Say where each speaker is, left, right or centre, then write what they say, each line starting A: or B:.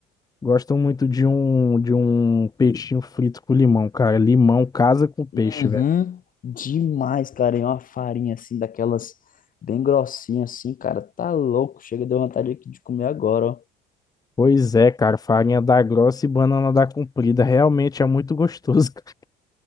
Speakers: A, on the left; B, on the left.
A: Gosto muito de um, de um peixinho frito com limão, cara. Limão casa com peixe,
B: Uhum,
A: velho.
B: demais, cara, e uma farinha assim, daquelas bem grossinha assim, cara, tá louco, chega, deu vontade aqui de comer agora, ó.
A: Pois é, cara, farinha da grossa e banana da comprida. Realmente é muito gostoso, <laughs> cara.